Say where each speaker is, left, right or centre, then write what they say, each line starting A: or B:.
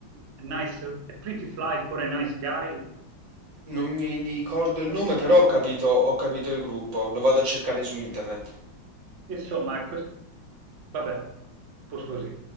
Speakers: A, on the right (about 55°); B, on the right (about 70°).
A: Nice, A Pretty Fly for a Nice Guy.
B: Non mi ricordo il
A: Non
B: nome,
A: mi viene
B: però
A: il
B: ho
A: nome.
B: capito, ho capito il gruppo. Lo vado a cercare su internet.
A: Insomma, quest- vabbè, a posto così.